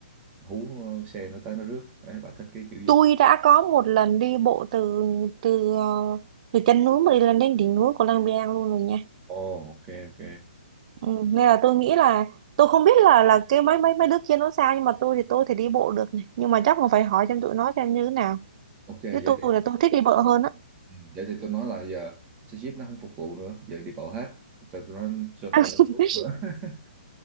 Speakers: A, on the right; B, on the right.
A: hú xe nó tới nó rước đấy bà thích cái kiểu gì
B: tôi đã có một lần đi bộ từ từ ờ, từ chân núi mà đi lên đến đỉnh núi của Lang Biang luôn rồi nha
A: Ồ, ok, ok.
B: ừ, nên là tôi nghĩ là tôi không biết là là cái mấy mấy mấy đứa kia nó sao nhưng mà tôi thì tôi thể đi bộ được này nhưng mà chắc còn phải hỏi xem tụi nó xem như thế nào
A: ok vậy
B: chứ tôi
A: thì
B: là tôi thích đi bộ hơn á
A: ừ, vậy thì tôi nói là giờ xe jeep nó không phục vụ nữa giờ đi bộ hết cho tôi nói cho
B: <laughs>
A: cho tôi rút nữa <laughs>